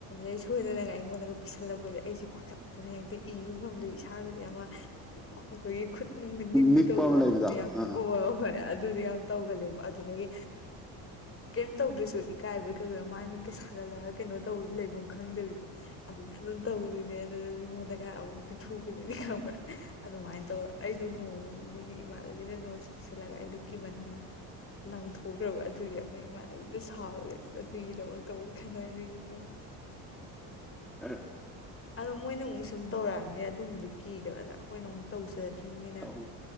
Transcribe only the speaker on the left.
ꯑꯦ ꯆꯣꯏ ꯀꯥꯏ ꯄꯤꯁꯜꯂꯛꯄꯁ ꯑꯩꯁꯦ ꯄꯥꯈꯠꯇꯅ ꯍꯦꯛꯇ ꯏꯕ ꯉꯝꯗꯣꯏꯕ ꯏꯁꯥꯒꯁꯦ ꯑꯃ ꯑꯩꯈꯣꯏꯒꯤ ꯈꯨꯠꯅꯨꯡꯒꯤ ꯅꯤꯛꯄꯤ
ꯇꯧꯕꯗꯣ
ꯑꯗꯨꯝꯗꯤ ꯌꯥꯝꯅ
ꯑꯣ ꯑꯣꯏꯔꯦ ꯑꯗꯨꯗꯤ ꯌꯥꯝ ꯇꯧꯒ ꯂꯩꯦꯕ ꯑꯗꯨꯗꯒꯤ ꯀꯩꯝ ꯇꯧꯗ꯭ꯔꯁꯨ ꯏꯀꯥꯏꯕ ꯀꯩꯣ ꯃꯥꯏ ꯃꯤꯠꯀ ꯁꯥꯒꯠꯂꯒ ꯀꯩꯅꯣ ꯇꯧ ꯂꯩꯐꯝ ꯈ ꯈꯪꯗꯕꯤꯗꯣ ꯑꯗꯨꯃꯥꯏꯅ ꯑꯗꯨꯝ ꯇꯧꯗꯣꯏꯅꯦ ꯑꯗꯨꯅ ꯃꯤꯉꯣꯟꯗ ꯈꯔ ꯑꯃꯨꯛ ꯄꯤꯊꯣꯛꯀꯗꯣꯏꯅꯤ ꯈꯪꯕ꯭ꯔ ꯑꯗꯨꯃꯥꯏꯅ ꯇꯧꯔ ꯑꯩꯗꯣ ꯅꯣꯡꯃꯅꯤꯅꯦ ꯏꯃꯥꯟꯅꯕꯤꯅ ꯅꯣꯠꯁ ꯄꯤꯤꯁꯜꯂꯒ ꯑꯩꯗ ꯀꯤꯃꯟꯅ ꯂꯪꯊꯣꯛꯈ꯭ꯔꯕ ꯑꯗꯨꯒꯤ ꯑꯩꯈꯣꯏ ꯏꯃꯥꯟꯅꯕꯤꯗꯨꯣ ꯁꯥꯎꯔꯒꯦ ꯑꯁ ꯑꯗꯨꯒꯤꯗꯃꯛꯇꯕꯨꯛ ꯈꯟꯅꯈꯦ ꯈꯂ
ꯑꯗꯣ ꯃꯣꯏꯅ ꯑꯃꯨꯛ ꯁꯨꯝ ꯇꯧꯔꯛꯑꯕꯅꯦ ꯑꯗꯨꯒꯨꯝꯝꯕꯕꯗꯨꯣ ꯀꯤꯗꯦꯕ ꯑꯗꯣ ꯑꯩꯈꯣꯏꯅ ꯑꯃ ꯇꯧꯖꯗ꯭ꯔꯤꯕꯅꯤꯅ